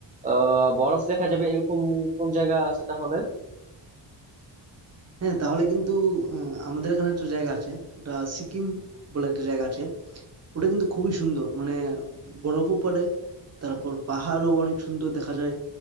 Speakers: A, on the right; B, on the right.
A: আহ, বরফ দেখা যাবে এরকম কোন জায়গা আছে তাহলে
B: হ্যাঁ তাহলে কিন্তু আহ, আমাদের এখানে একটা জায়গা আছে ওটা সিকিম বলে একটা জায়গা আছে ওটা কিন্তু খুবই সুন্দর মানে বরফও পড়ে তারপর পাহাড়ও অনেক সুন্দর দেখা যায়